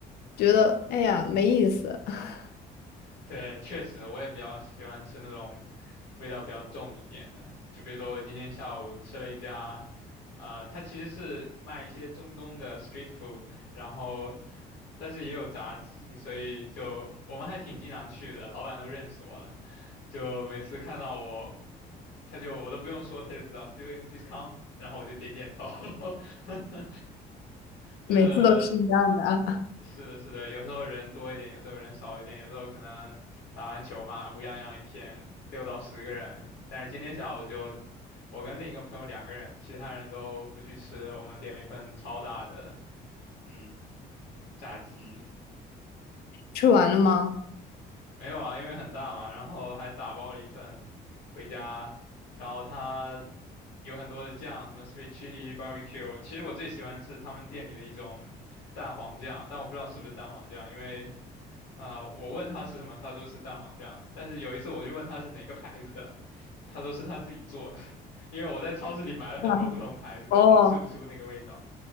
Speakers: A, on the left (about 70°); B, on the left (about 85°).
A: 觉得哎呀没意思，<laughs>
B: 对，确实，我也比较喜欢吃那种味道比较重一点的。就比如说，我今天下午吃了一家，呃，它其实是卖一些中东的 street food，然后但是也有炸鸡，所以就我们还挺经常去的，老板都认识我了。就每次看到我，他就我都不用说，他就知道 student discount，然后我就点点头，<laughs> 真的
A: 每次都是一样的啊。
B: 是的，是的，有时候人多一点，有时候人少一点，有时候可能打完球嘛，乌泱泱一片，六到十个人。但是今天下午就我跟另一个朋友两个人，其他人都不去吃，我们点了一份超大的，嗯，炸鸡。
A: 吃完了吗？
B: 没有啊，因为很大嘛，然后还打包了一份回家，然后它有很多的酱，什么 sweet chili barbecue。其实我最喜欢是他们店里的一种蛋黄酱，但我不知道是不是蛋黄酱，因为。啊、我问他是什么，他说是蛋黄酱。但是有一次我就问他是哪个牌子的，他说是他自己做的，<laughs> 因为我在超市里买了很多不同牌子的，
A: <laughs> 啊哦。
B: 都吃不出那个味道。